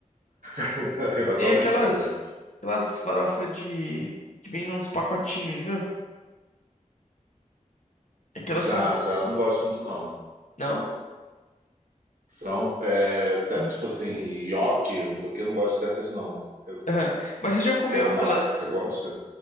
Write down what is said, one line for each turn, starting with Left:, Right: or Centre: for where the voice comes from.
Right: <laughs> Aí vai só
Left: Tem
Right: aumentando,
Left: aquelas.
Right: né?
Left: Aquelas farofa de. Que vem nos pacotinhos, viu? Aquelas
Right: Já,
Left: são boas.
Right: já, não gosto muito, não.
Left: Não?
Right: São, é, tá,
Left: <laughs>
Right: tipo assim, nhoque, não sei o que, eu não gosto dessas, não. Eu-
Left: Aham. Mas você já comeu
Right: tem alguma
Left: aquelas.
Right: marca que você gosta?